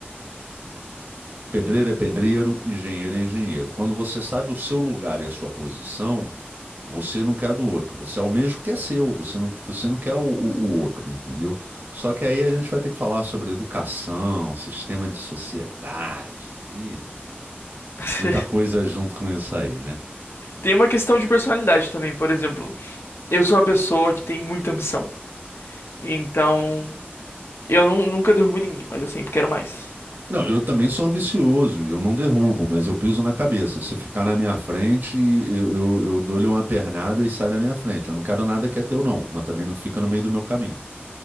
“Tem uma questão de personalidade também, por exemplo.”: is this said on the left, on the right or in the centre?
Left